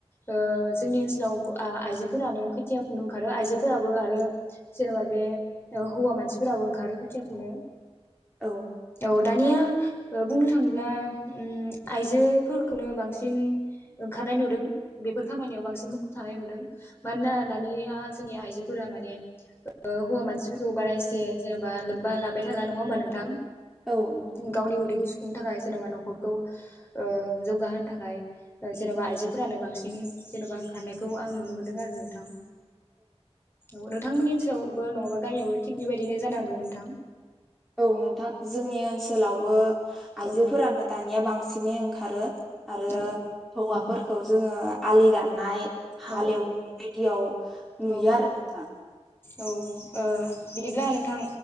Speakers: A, on the left; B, in the centre.
A: ओ जोंनि ओनसोलाव आ आइजोफोरानो खोथिया फुनो ओंखारो आइजोफोराबो आरो जेनेबा बे हौवा मानसिफोराबो ओंखारो खोथिया फुनो।
B: औ
A: औ दानिया ओ बुंनो थांब्ला उम आइजोफोरखौनो बांसिन ओंखारनाय नुदों बेफोर खामानियाव बांसिन मुखुब थानाय नुदों मानोना दानिया जोंनि आइजोफोरा माने ओ हौवा मानसिफोरखौ बारा एसे जेनेबा लोब्बा लाबाय थाला नङा होमबा नोंथां।
B: औ नोंथां।
A: गावनि उदैखौ सु खुंनो थाखाय जेनेबा नखरखौ ओ जौगाहोनो थाखाय जेनबा आइजोफोरानो बांसिन जेनबा ओंखारनायखौ आं नुनो मोनदों आरो नोंथां औ नोंथांमोननि ओनसोलावबो नङाबा गामियावाबबो थिग बेबायदिनो जानांगौ नोंथां
B: औ नोंथां जोंनि ओनसोलावबो आयजोफोरानो
A: औ
B: दानिया बांसि बिनि ओंखारो आरो
A: औ
B: हौवाफोरखौ जोङो आलि दाननाय हाल
A: औ
B: एवनाय बिदियाव नुयो
A: औ
B: आरो नोंथां
A: औ ओ बिदिब्ला नोंथां